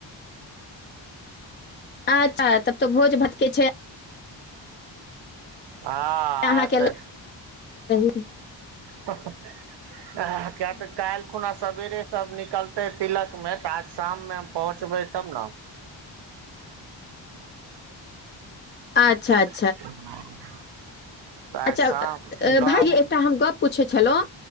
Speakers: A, on the left; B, on the right.
A: अच्छा, तब तऽ भोज भतके छै।
B: हँ आ
A: अहाँके
B: त
A: ल- <unintelligible>
B: क्या तऽ काल् खुना सवेरे सब निकलते ह तिलक में आज शाम मे हम पहुँचबे तब न
A: अच्छा अच्छ
B: <unintelligible> त आज
A: अच्छा
B: साम बाम
A: भाईजी एकटा हम गप पूछै छलहुँ